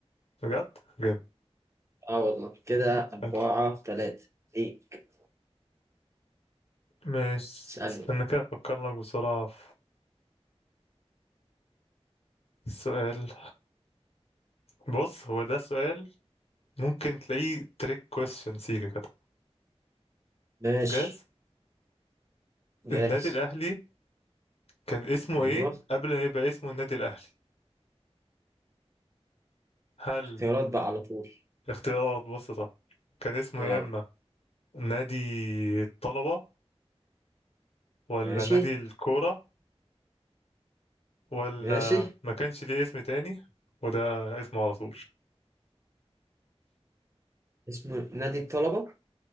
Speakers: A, on the left (about 65°); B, on the right (about 25°).
A: بجد جامد
B: اه والله كده أربعة
A: حلو.
B: تلاتة ليك
A: ماشي
B: اسألني
A: استنى
B: بقى
A: كده أفكر لك بسرعة في السؤال بص هو ده سؤال ممكن تلاقيه تريك كويستشن سيكا كده
B: ماشي
A: جاهز
B: جاهز
A: النادي الأهلي كان اسمه
B: أيوه
A: إيه قبل ما يبقى اسمه النادي الأهلي هل
B: اختيارات بقى على طول
A: اختيارات بص صح كان اسمه
B: اه
A: يا إما نادي الطلبة ولا
B: ماشي
A: نادي الكورة ولا
B: ماشي
A: ما كانش ليه اسم تاني وده اسمه على طول
B: اسمه نادي الطلبة